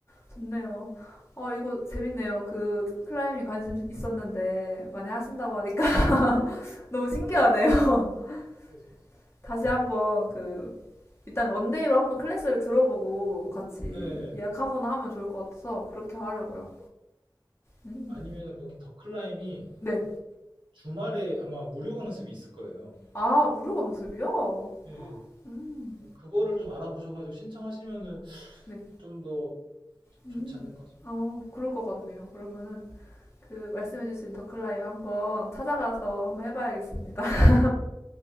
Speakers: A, on the left; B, on the right.
A: 좋네요. 어, 이거 재밌네요. 그, 클라이밍 관심 있었는데, 많이 하신다고 하니까 <laughs> 너무 신기하네요. <laughs>
B: 예.
A: 다시 한번 그, 일단 원데이로 한번 클래스를 들어보고 같이
B: 예. 예.
A: 예약하거나 하면 좋을 것 같아서 그렇게 하려고요. 음.
B: 아니면은 거기 더 클라임이
A: 네.
B: 주말에 아마 무료 강습이 있을 거예요.
A: 아, 무료 강습이요?
B: 예.
A: 음.
B: 그거를 좀 알아보셔가지고 신청하시면은
A: 네.
B: 좀 더
A: 음.
B: 좋지 않을까 싶습니다.
A: 어, 그럴 것 같네요. 그러면은 그 말씀해주신 더클라임 한번 찾아가서 한번 해봐야겠습니다. <laughs>